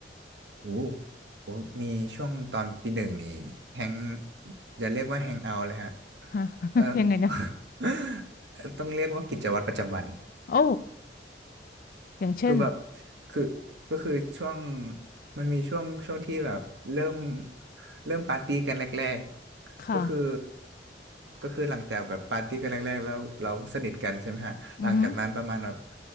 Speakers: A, on the right (about 85°); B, on the left (about 50°).
A: โอ้โอ้มีช่วงตอนปีหนึ่งนี่แฮงอย่าเรียกว่าแฮงเอาเลยฮะ
B: ฮะ <laughs>
A: เออ
B: ยังไงนะ
A: <laughs> ต้องเรียกว่ากิจวัตรประจำวัน
B: โอ้อย่างเช่น
A: คือแบบคือก็คือช่วงมันมีช่วงช่วงที่แบบเริ่มเริ่มปาร์ตี้กันแรกๆก็คือ
B: ค่ะ
A: ก็คือหลังจากแบบปาร์ตี้กันแรกๆแล้วเราสนิทกันใช่ไหมฮะหลังจากนั้นประมาณแบบ
B: อือหือ